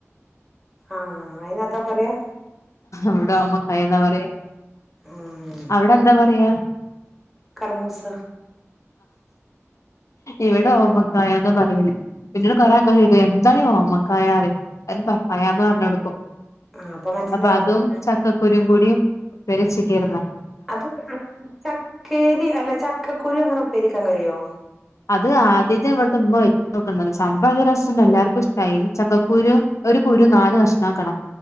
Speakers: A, in the centre; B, on the left.
A: ആ അയിന് അതാ പറയാ
B: ഇവിടെ ഓമക്കായ എന്നാ പറയാ
A: ഉം
B: അവിടെ എന്താ പറയാ
A: കർമൂസ
B: ഇവിടെ ഓമക്കായാന്നാ പറയല് പിന്നീട് കൊറേ ആൾക്കാര് ചോദിക്കും എന്താണ് ഈ ഓമക്കായ അതിന് പപ്പായാന്ന് പറഞ്ഞ് കൊടുക്കും
A: ആഹ് മനസ്സിലാവണ്ട്
B: അപ്പൊ അതും
A: ഞാൻ
B: ചക്കക്കുരുവും കൂടിയും പരിച്ചിക്ക്രുന്ന
A: അത് അ ചക്കേരി അല്ല ചക്കക്കുരു അങ്ങനെ ഉപ്പേരിക്കാൻ കഴിയുവോ
B: അത് ആദ്യത്തെ ഇവിടുത്തെ ഉമ്മ വെച്ച് നോക്കുന്നത് സംഭവം രസംണ്ട് എല്ലാവർക്കും ഇഷ്ടായി ചക്കക്കുരു ഒരു കുരു നാല് കഷ്ണമാക്കണം